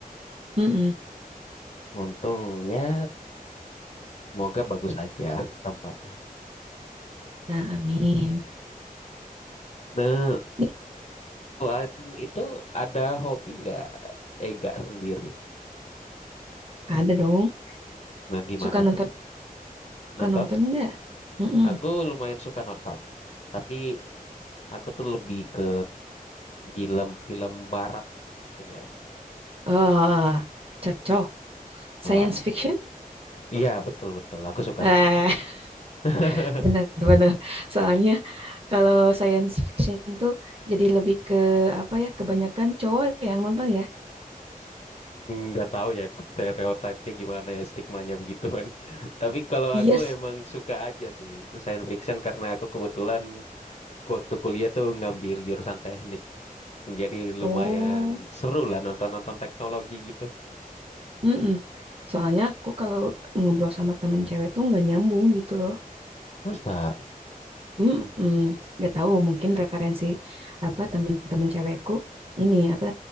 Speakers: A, on the right (about 40°); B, on the left (about 45°).
A: mm-mm.
B: Untung ya, semoga bagus aja tempatnya.
A: nah amin
B: Nah,
A: nih
B: selain itu ada hobi nggak Ega sendiri?
A: ada dong
B: Nah, gimana
A: suka nonton
B: tuh?
A: suka
B: Nonton?
A: nonton nggak mm
B: Aku lumayan suka nonton. Tapi aku tuh lebih ke Film-film barat mungkin ya.
A: oh cocok science
B: Wah,
A: fiction
B: iya betul betul. Aku suka
A: Eh,
B: suka. <laughs>
A: <laughs> benar-benar. Soalnya kalau science fiction tuh jadi lebih ke apa ya, kebanyakan cowok yang nonton ya.
B: Nggak tahu ya stereotipnya gimana ya stigmanya begitu kan. <laughs> Tapi kalau
A: Yes.
B: aku emang suka aja sih science fiction karena aku kebetulan waktu kuliah tuh ngambil jurusan teknik. Jadi lumayan
A: Oh.
B: seru lah nonton-nonton teknologi gitu.
A: Mm-mm. Soalnya aku kalau ngobrol sama temen cewek tuh nggak nyambung gitu loh.
B: Masa?
A: Mm-mm. Nggak tahu mungkin referensi apa temen-temen cewekku ini apa